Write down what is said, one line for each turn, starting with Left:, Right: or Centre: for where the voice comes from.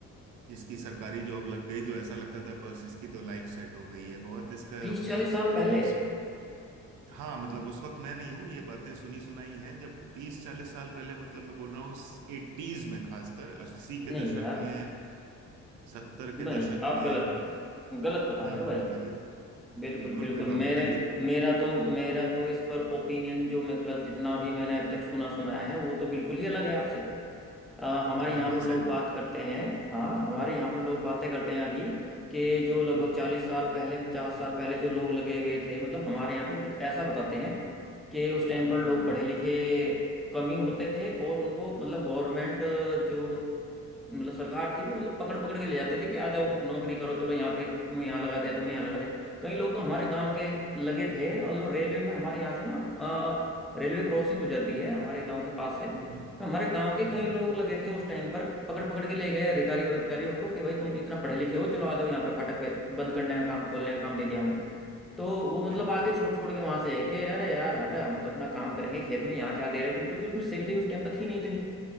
Right: जिसकी सरकारी जॉब लग गई तो ऐसा लगता था बस इसकी तो लाइफ सेट हो गई है बहुत इसका
Centre: तीस
Right: मतलब
Centre: चालीस
Right: इस
Centre: साल
Right: पे
Centre: पहले
Right: जोक्स हाँ मतलब उस वक्त मैं नहीं हूँ ये बातें सुनी सुनाई हैं जब तीस चालीस साल पहले मतलब मैं बोल रहा हूँ एटीज में खासकर अस्सी के
Centre: नहीं
Right: दशक
Centre: यार
Right: में सत्तर के
Centre: नहीं
Right: दशक में
Centre: आप गलत गलत बता
Right: हम्म
Centre: रहे हो
Right: हम्म
Centre: भाई
Right: बताइए
Centre: बिल्कुल
Right: बिल्कुल
Centre: बिल्कुल
Right: फिर
Centre: मेरे
Right: आप बताइए
Centre: मेरा तो मेरा तो इस पर ओपिनियन जो मतलब जितना भी मैंने अभी तक सुना सुनाया है वो तो बिल्कुल ही अलग है आपसे अ, हमारे
Right: हाँ
Centre: यहाँ
Right: जैसे
Centre: पर लोग बात करते हैं हाँ हमारे यहाँ पर लोग बातें करते हैं अभी कि जो लगभग
Right: हम्म
Centre: चालीस साल पहले पचास साल पहले जो लोग लगे हुए थे मतलब हमारे यहाँ पे कुछ ऐसा बताते हैं कि उस टाइम
Right: हम्म
Centre: पर लोग
Right: हम्म
Centre: पढ़े लिखे कम ही होते थे और उनको मतलब गवर्नमेंट जो मतलब सरकार थी वो मतलब पकड़ पकड़ के ले जाते थे कि आ जाओ नौकरी करो चलो यहाँ पे तुम्हें यहाँ लगा दिया तुम्हें यहाँ लगा दिया कई लोग तो हमारे गांव के लगे थे मतलब रेलवे में हमारे यहाँ से ना अ, रेलवे क्रॉसिंग गुजरती है हमारे गांव के पास से
Right: हम्म
Centre: तो हमारे गांव के
Right: हम्म,
Centre: कई लोग लगे थे उस टाइम पर पकड़ पकड़ के ले गए अधिकारी और अधिकारी उनको कि भाई तुम इतना पढ़े लिखे हो चलो आ जाओ यहाँ पे फाटक पे बंद करने का काम खोलने का काम दे दिया उन्हें तो वो मतलब
Right: हम्म।
Centre: आगे छोड़ छोड़ के वहां से है कि अरे यार हटा हम तो अपना काम करेंगे खेत में यहाँ क्या दे रहे तुम क्योंकि उसमें सैलरी उस टाइम पर थी नहीं इतनी